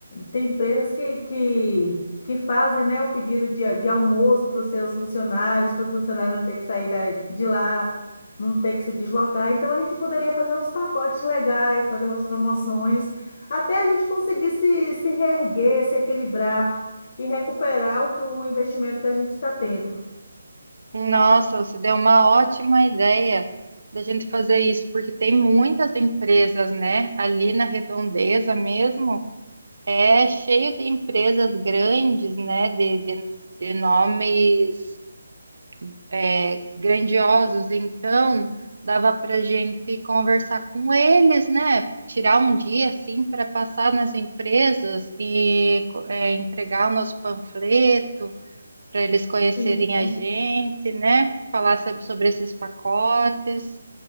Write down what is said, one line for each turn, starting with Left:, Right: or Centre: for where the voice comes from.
Left: tem empresas que, que, que fazem, né, o pedido de, de almoço para os seus funcionários, para o funcionário não ter que sair da- de lá, não ter que se deslocar. Então a gente poderia fazer uns pacotes legais, fazer umas promoções, até a gente conseguir se, se reerguer, se equilibrar e recuperar o, que- o investimento que a gente está tendo.
Right: Nossa, você deu uma ótima ideia da gente fazer isso, porque tem muitas empresas, né? Ali na Redondeza mesmo, é cheio de empresas grandes, né? De, de, de nomes é, grandiosos. Então, dava para gente conversar com eles, né? Tirar um dia assim para passar nas empresas e co- é, entregar o nosso panfleto para eles conhecerem
Left: Isso.
Right: a gente, né? Falar sobre sobre esses pacotes.